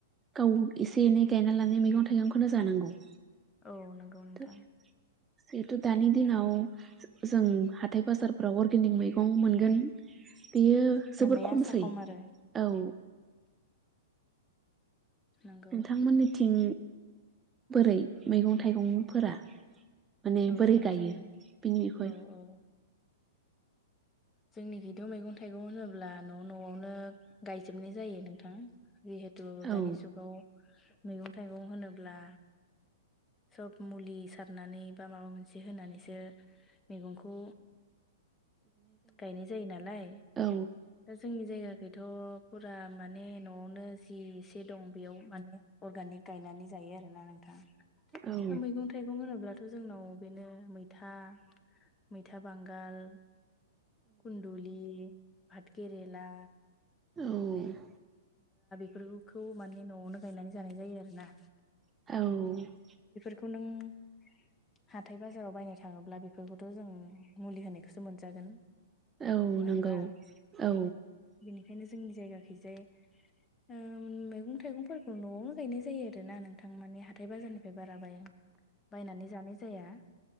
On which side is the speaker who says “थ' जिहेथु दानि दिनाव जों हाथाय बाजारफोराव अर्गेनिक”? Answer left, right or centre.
Right